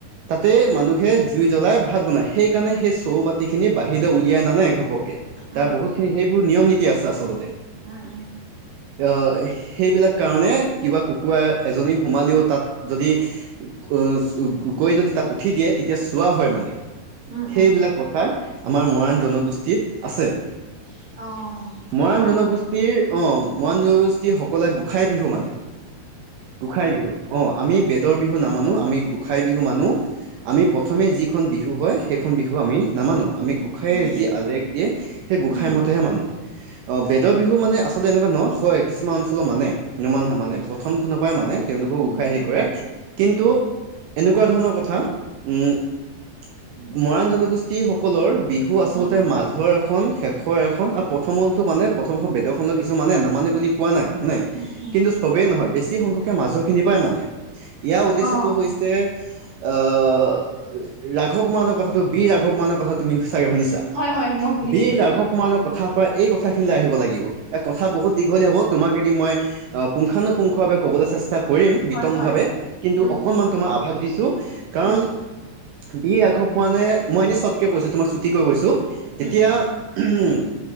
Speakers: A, on the right (about 80°); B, on the right (about 45°).
A: তাতে মানুহে জুই জ্বলাই ভাত বনাই সেইকাৰণে সেই চৌ বাতি খিনি বাহিৰলৈ উলিয়াই নানে ঘপকে। তাৰ
B: উম উম
A: খিনি সেইবোৰ নিয়ম নীতি আছে আচলতে।
B: উম' উম
A: আহ' সেইবিলাক কাৰণে কিবা কুকুৰা এজনী সোমালেও তাত- যদি উ গৈ যদি তাত উঠি দিয়ে তেতিয়া চোৱা হয় মানে
B: উম উম
A: সেইবিলাক
B: উম
A: কথা আমাৰ মৰাণ জনগোষ্ঠীত আছে।
B: অ' হয়
A: মৰাণ
B: ন
A: জনগোষ্ঠীৰ অ' মৰাণ জনগোষ্ঠীৰ সকলোৱে গোঁসাই বিহু মানে। গোঁসাই বিহু অ আমি বেদৰ বিহু নামানো। আমি গোঁসাই বিহু মানো। আমি প্ৰথমে যিখন বিহু হয় সেইখন বিহু আমি নামানো। আমি গোঁসাইে
B: উম
A: যি আদেশ দিয়ে সেই গোঁসাই
B: উম
A: মতেহে মানো। অঁ বেদৰ বিহু মানে আচলতে এনেকুৱা নহয়। হয় কিছুমান অঞ্চলত মানে। কিছুমান মানুহে মানে প্ৰথম খনৰ পৰাই মানে তেওঁলোকক
B: উম
A: গোঁসাই
B: উম
A: হেৰি
B: উম
A: কৰে। কিন্তু এনেকুৱা ধৰণৰ কথা, উ মৰাণ জনগোষ্ঠী সকলৰ বিহু আচলতে
B: উম
A: মাজৰ এখন শেষৰ এখন আৰু মানে প্ৰথমখন বেদৰখন কিছু মানে নামানে বুলি কোৱা নাই। মানে,
B: উম উম
A: কিন্তু চবেই নহয় বেছি সংখ্যকে মাজৰখিনি পাই মানে। ইয়াৰ উদ্দেশ্যতটো
B: অ
A: হৈছে। আহ' ৰাঘৱ মানৰ কথাটো বিৰ ৰাঘৱ মানৰ কথা তুমি চাগৈ শুনিছা।
B: হয় হয় মই শুনিছো
A: বিৰ ৰাঘৱ মৰাণৰ কথা কথাৰ পৰা এই কথাখিনিলৈ আহিব লাগিব এ কথা বহুত দীঘলীয়া হ'ব। তোমাক এদিন মই অ' পুংখানুপুংখভাৱে বাবে ক'লৈ চেষ্টা- কৰিম বিতংভাৱে
B: হয় হয়
A: কিন্তু
B: উম
A: অকনমান
B: উম
A: তোমাৰ আভাস দিছোঁ। কাৰণ-
B: উম
A: বিৰ ৰাঘৱ মৰাণে, মই এনেই চটকে কৈছোঁ তোমাক ছুটি কৈ কৈছোঁ,
B: উম
A: যেতিয়া-
B: উম
A: উ